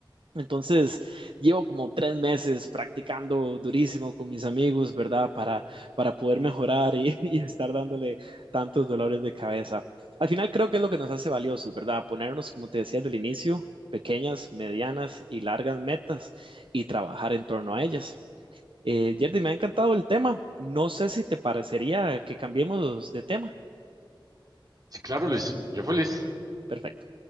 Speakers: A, on the right; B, on the right.
A: Entonces, llevo como tres meses practicando durísimo con mis amigos, ¿verdad? Para, para poder mejorar y, <laughs> y estar dándole tantos dolores de cabeza. Al final creo que es lo que nos hace valiosos, ¿verdad? Ponernos, como te decía del inicio, pequeñas, medianas y largas metas y trabajar en torno a ellas. Eh, Yerdy, me ha encantado el tema. No sé si te parecería que cambiemos de tema.
B: Sí, claro, Luis. Yo feliz.
A: Perfecto.